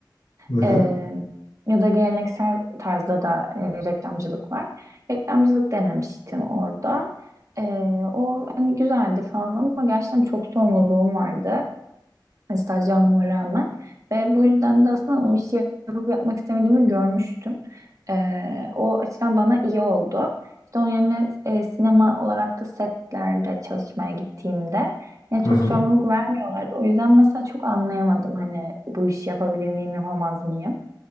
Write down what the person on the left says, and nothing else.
Hı hı.
Hı hı.